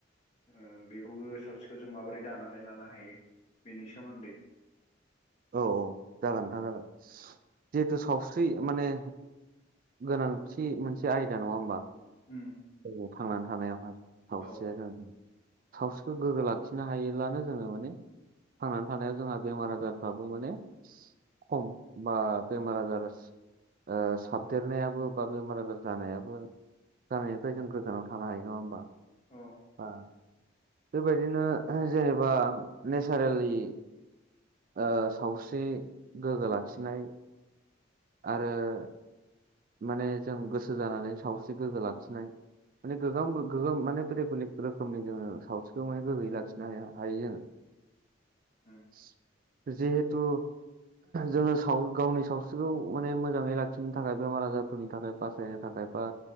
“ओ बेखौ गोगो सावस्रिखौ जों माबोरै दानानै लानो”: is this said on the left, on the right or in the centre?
Left